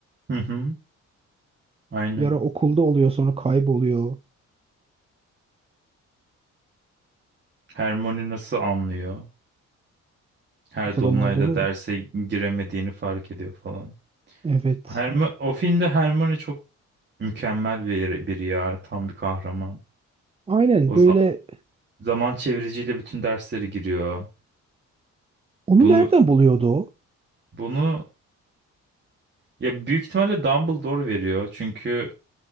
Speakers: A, on the right (about 35°); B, on the right (about 20°).
A: Hı hı. Aynen.
B: Bir ara okulda oluyor sonra kayboluyor.
A: Hermione nasıl anlıyor? Her
B: Kurt adam
A: dolunayda
B: olduğunu
A: derse
B: mu?
A: giremediğini fark ediyor falan.
B: Evet.
A: Herm o filmde Hermione çok Mükemmel bir biri ya. Tam bir kahraman.
B: Aynen
A: O
B: böyle
A: za- zaman çeviriciyle bütün derslere giriyor.
B: onu
A: Bunu
B: nereden buluyordu o?
A: bunu ya büyük ihtimalle Dumbledore veriyor. Çünkü